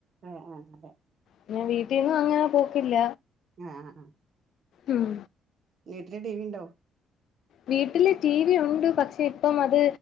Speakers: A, on the right; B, on the left.
A: ആഹ് ആഹ് അതെ
B: പിന്ന വീട്ടിന്നും അങ്ങന പോക്കില്ല
A: ആഹ് ആഹ്.
B: ഉം
A: വീട്ട്ല് ടിവിണ്ടോ?
B: വീട്ടില് ടി വി യുണ്ട് പക്ഷേ ഇപ്പം അത്